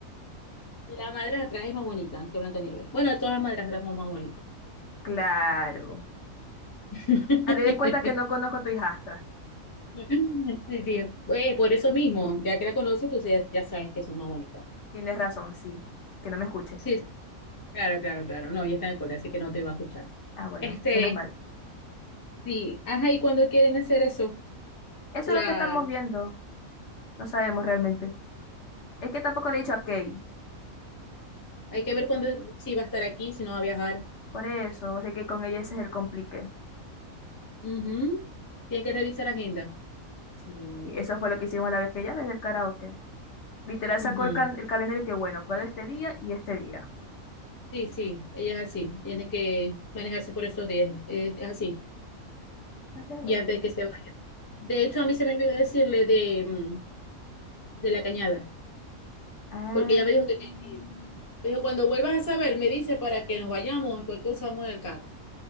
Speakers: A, on the left; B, on the left.
A: La madrastra es más bonita que Blanca Nieves. Bueno, todas las madrastras son más bonitas.
B: Claro.
A: <laughs>
B: Haré de cuenta que no conozco a tu hijastra.
A: Sí, sí. Eh, por eso mismo, ya que la conoces, tú ya, ya sabes que son más bonitas.
B: Tienes razón, sí. Que no me escuche.
A: Sí, sí, claro, claro, claro. No, ya está en el cole, así que no te va a escuchar.
B: Ah, bueno,
A: Este,
B: menos mal.
A: sí. Ajá, ¿y cuando quieren hacer eso?
B: Eso
A: La,
B: es lo que estamos viendo. No sabemos realmente. Es que tampoco le he dicho a Kay.
A: hay que ver cuándo, si va a estar aquí, si no va a viajar.
B: Por eso, sé que con ella ese es el complique.
A: Ujú. Tiene que revisar agenda.
B: Sí, eso fue lo que hicimos la vez que ella desde el karaoke. Literal sacó
A: Ujú.
B: el, can- el calendario y que bueno, puedo este día y este día.
A: Sí, sí, ella es así. Tiene que manejarse por esos días. Es, es así.
B: No sé, bueno.
A: Y antes de que se vaya. De hecho, a mí se me olvidó decirle de, mm, de la cañada,
B: Ah,
A: porque ella me dijo que
B: mm.
A: tenía que ir. Me dijo, cuando vuelvas a saber, me dice para que nos vayamos, porque usamos en el carro.